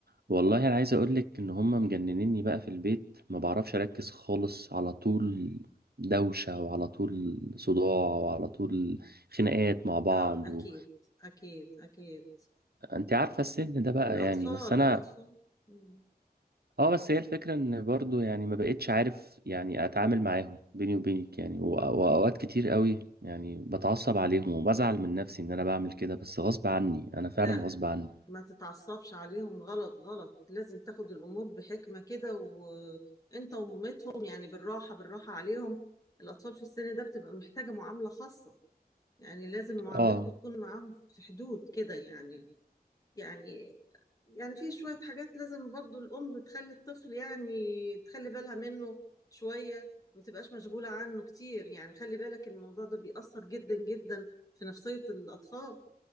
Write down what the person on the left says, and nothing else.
اه اكيد
اكيد اكيد
الاطفال
الاطفال مم.
لا
ما تتعصبش عليهم غلط غلط لازم تاخد الامور بحكمة كده وانت ومامتهم يعني بالراحة بالراحة عليهم الاطفال في السن ده بتبقى محتاجة معاملة خاصة يعني لازم معاملتكم
تكون معاهم في حدود كده يعني يعني يعني في شوية حاجات لازم برضو الأم بتخلي الطفل يعني تخلي بالها منه شوية ما تبقاش مشغولة عنه كتير يعني خلي بالك الموضوع ده بيأثر جدا جدا في نفسية الأطفال